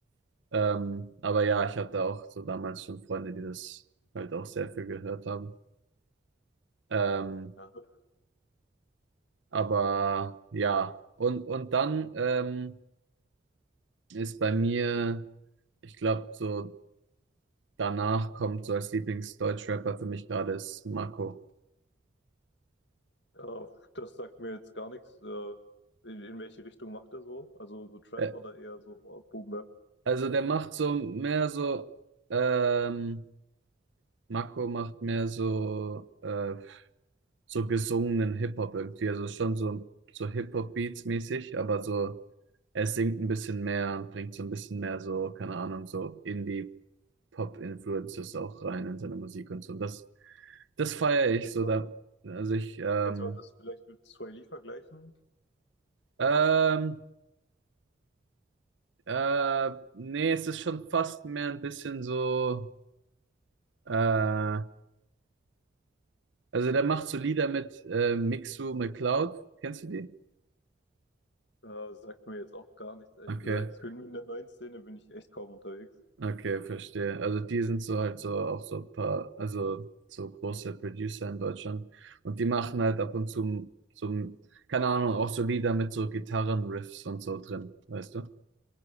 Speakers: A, on the right (about 70°); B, on the left (about 60°).
A: Ähm, aber ja, ich hatte auch so damals schon Freunde, die das halt auch sehr viel gehört haben. Ähm,
B: Ja.
A: aber ja, und, und dann ähm, ist bei mir, ich glaube, so danach kommt so als Lieblingsdeutschrapper für mich gerade ist Marco.
B: Äh, das sagt mir jetzt gar nichts. Äh, in, in welche Richtung macht er so? Also so Trap
A: Äh,
B: oder eher so äh, Boom Bap?
A: also der macht so mehr so, ähm, Marco macht mehr so äh, so gesungenen Hip-Hop irgendwie. Also schon so, so Hip-Hop-Beats mäßig, aber so, er singt ein bisschen mehr und bringt so ein bisschen mehr so, keine Ahnung, so Indie-Pop-Influences auch rein in seine Musik und so. Und das, das feiere ich
B: Kannst
A: so
B: du,
A: da. Also ich, ähm,
B: kannst du das vielleicht mit Sway Lee vergleichen?
A: ähm, äh, nee, es ist schon fast mehr ein bisschen so, äh, also der macht so Lieder mit äh, Mixu McCloud. Kennst du die?
B: Ja, sagt mir jetzt auch gar nichts, ehrlich
A: Okay.
B: gesagt. Ich bin in der neuen Szene bin ich echt kaum unterwegs.
A: Okay, verstehe. Also die sind so halt so auch so ein paar, also so große Producer in Deutschland und die machen halt ab und zu so, keine Ahnung, auch so Lieder mit so Gitarrenriffs und so drin, weißt du?